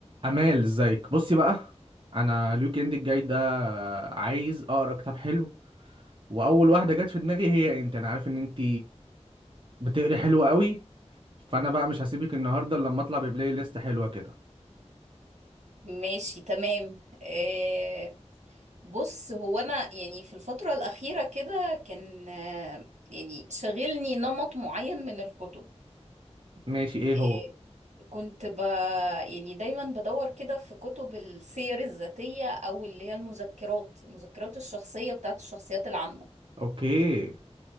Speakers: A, on the right; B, on the right.
A: امال ازيك بصي بقى انا الويك اند الجاي ده عايز اقرا كتاب حلو واول واحده جت في دماغي هي انت انا عارف ان انت بتقري حلو قوي فانا بقى مش هسيبك النهارده الا لما اطلع ببلاي ليست حلوه كده
B: ماشي تمام آه بص هو انا يعني في الفترة الأخيرة كده كان آه يعني شغلني نمط معين من الكتب
A: ماشي ايه هو
B: آه كنت ب يعني دايما بدور كده في كتب السير الذاتية او اللي هي المذكرات المذكرات الشخصية بتاعت الشخصيات العامة
A: اوكي